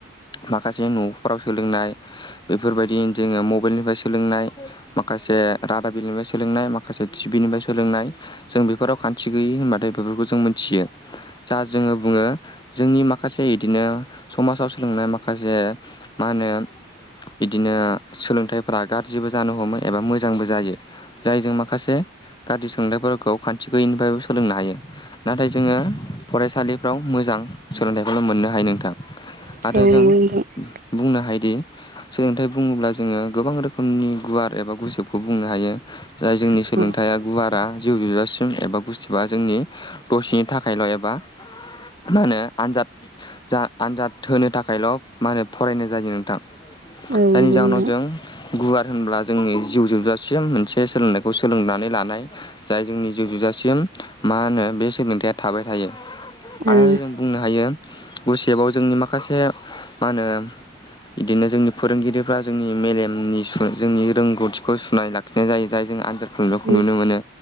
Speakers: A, on the left (about 20°); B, on the right (about 45°).
A: माखासे न'फ्राव सोलोंनाय बेफोरबायदि जोङो मबाइलनिफ्राय सोलोंनाय माखासे रादाब बिलयनिफ्राय सोलोंनाय माखासे टिभिनिफ्राय सोलोंनाय जों बेफोराव खान्थि गैयि होनबाथाय बेफोरखौ जों मिथियो। जा जोङो बुङो जोंनि माखासे इदिनो समाजाव सोलोंनाय माखासे मा होनो इदिनो सोलोंथाइफोरा गाज्रिबो जानो हमो एबा मोजांबो जायो। जायजों माखासे गाज्रि सोंनायफोरखौ खान्थि गैयिनिफ्रायबो सोलोंनो हायो। नाथाय जोङो फरायसालिफ्राव मोजां सोलोंथाइखौल' मोननो हायो नोंथां।
B: नंगौ
A: आरो
B: नोंथां
A: जों बुंनो हायोदि सोलोंथाइ बुङोब्ला जोङो गोबां रोखोमनि गुवार एबा गुजोबखौ बुंनो हायो जाय जोंनि
B: औ
A: सोलोंथाइया गुवारा जिउ जोबजासिम <unintelligible> एबा गुसथिबा जोंनि दसेनि थाखायल' एबा मा होनो आनजाद जा आनजाद होनो थाखायल' मा होनो फरायनाय जायो नोंथां
B: नंगौ
A: जायनि जाहोनाव
B: नोंथां
A: जों गुवार होनब्ला जोंनि जिउ जोबजासिम मोनसे सोलोंनायखौ सोलोंनानै लानाय जाय जोंनि जिउ जोबजासिम मा होनो बे सोलोंथायाइया थाबाय थायो
B: औ
A: आरो
B: औ
A: जों बुंनो हायो गुसेबाव जोंनि माखासे मा होनो इदिनो जोंनि फोरोंगिरिफ्रा जोंनि मेलेमनि सु जोंनि रोंगौथिखौ सुनाय लाखिनाय जायो जायजों आनजा <unintelligible>
B: उम
A: नुनो मोनो